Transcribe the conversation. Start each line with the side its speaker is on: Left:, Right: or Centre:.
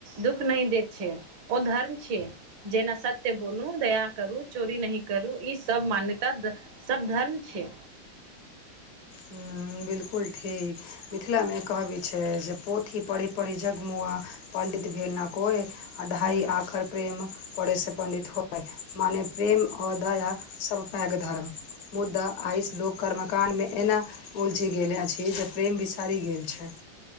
Right: दुःख नहि दैत छै ओ धर्म छै जेना सत्य बोलू दया करू चोरी नहि करू ई सब मान्यता स सब धर्म छै
Left: हू बिल्कुल ठीक मिथिलामे कहबी छै जे पोथी पढ़ी पढ़ी जगमुआ पण्डित भेल नऽ कोइ आ ढाइ
Right: हूँ
Left: आँखझर प्रेम पढ़ैसँ पण्डित होइ माने प्रेम आओर दया सब पैघ धर्म मुद्दा
Right: अच्छा
Left: आइसँ लोक कर्मकाण्डमे एना उलझि गेल अछि जे प्रेम बिसारि गेल छै